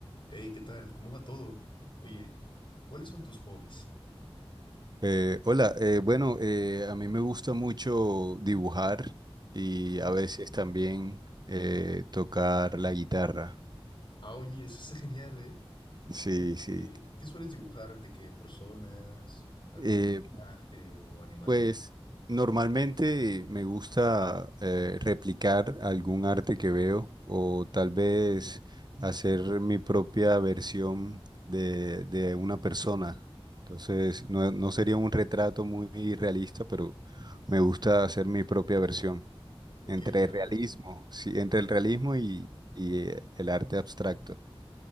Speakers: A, on the left; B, on the right.
A: Hey, ¿qué tal? ¿Cómo va todo? Oye, ¿cuáles son tus hobbies?
B: Eh, hola, eh, bueno, eh, a mí me gusta mucho dibujar y
A: Ujú.
B: a veces también eh, tocar la guitarra.
A: Ah, oye, eso está genial, ¿eh?
B: Sí,
A: ¿Qué,
B: sí.
A: eh, qué sueles dibujar? ¿De qué personas? ¿Algún
B: Eh,
A: paisaje o animales?
B: pues normalmente me gusta eh, replicar algún arte que veo o tal vez hacer mi propia versión de, de una persona. Entonces, no, no sería un retrato muy realista, pero
A: Ujú.
B: me gusta hacer mi propia versión.
A: Ok,
B: Entre
A: ya veo.
B: realismo, sí, entre el realismo y, y, eh, el arte abstracto.